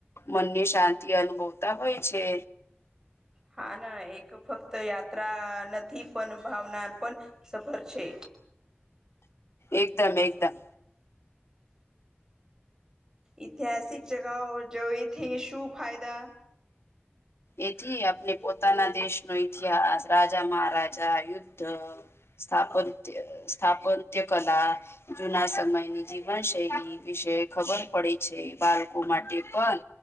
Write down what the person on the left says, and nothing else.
મનને શાંતિ અનુભવતા હોય છે્
એકદમ એકદમ.
એથી આપને પોતાના દેશનો ઇતિહાસ, રાજા મહારાજા યુદ્ધ સ્થાપત્ય સ્થાપત્ય કલા જૂના સમયની જીવનશૈલી વિશે ખબર પડે છે, બાળકો માટે પણ